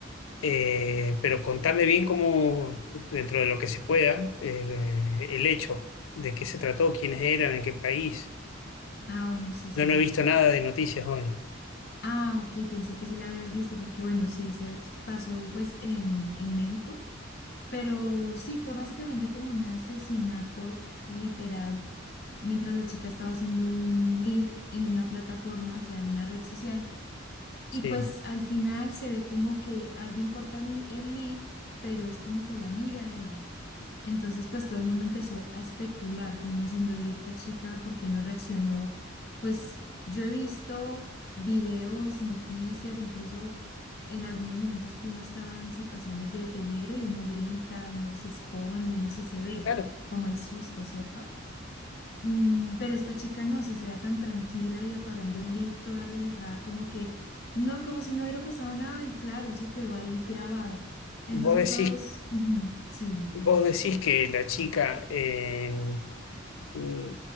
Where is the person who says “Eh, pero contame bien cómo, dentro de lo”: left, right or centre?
Left